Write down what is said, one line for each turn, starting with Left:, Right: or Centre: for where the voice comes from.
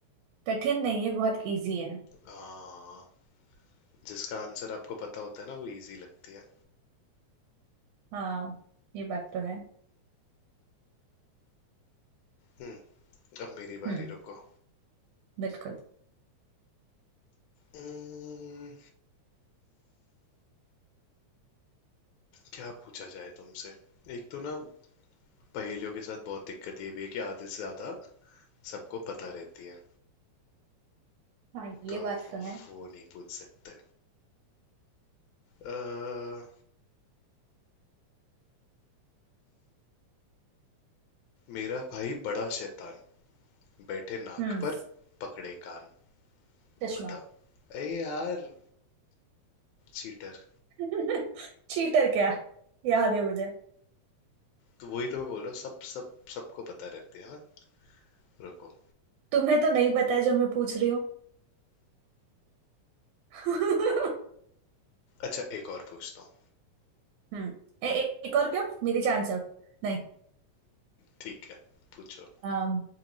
Right: कठिन नहीं है बहुत इजी है
Left: आ, जिसका आंसर आपको पता होता है ना वो इजी लगती है
Right: हाँ ये बात तो है
Left: हम्म। अब मेरी बारी
Right: हम्म
Left: रुको
Right: बिल्कुल
Left: Hmm, क्या पूछा जाए तुमसे एक तो ना पहेलियों के साथ बहुत दिक्कत ये भी है कि आधे से ज्यादा सबको पता रहती है
Right: हाँ ये
Left: तो
Right: बात
Left: अब वो
Right: तो है
Left: वो नहीं पूछ सकते अह, मेरा भाई बड़ा शैतान बैठे नाक
Right: हम्म
Left: पर पकड़े कान
Right: चश्मा
Left: बताओ अरे यार चीटर
Right: <laughs> चीटर क्या याद है मुझे
Left: तो वही तो मैं बोल रहा हूँ सब सब सबको पता रहती है ना रुको
Right: तुम्हें तो नहीं पता है जो मैं पूछ रही हूँ <laughs>
Left: अच्छा एक और पूछता हूँ
Right: हम्म ए, ए, एक और क्यों मेरी चांस अब नहीं
Left: ठीक है पूछो
Right: अम,